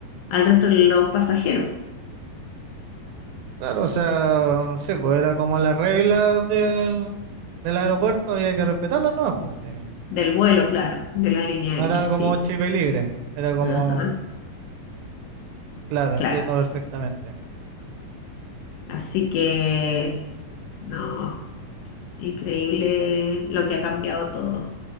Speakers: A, on the left (about 80°); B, on the right (about 80°).
A: al resto de los pasajeros
B: Claro, o sea, sí, pues era como las reglas del, del aeropuerto, había que respetarlas nomás, pues sí.
A: del vuelo, claro, de la línea aérea,
B: No era
A: sí.
B: como chip libre, era como,
A: Ajá,
B: claro,
A: claro.
B: entiendo perfectamente.
A: Así que, no, increíble lo que ha cambiado todo.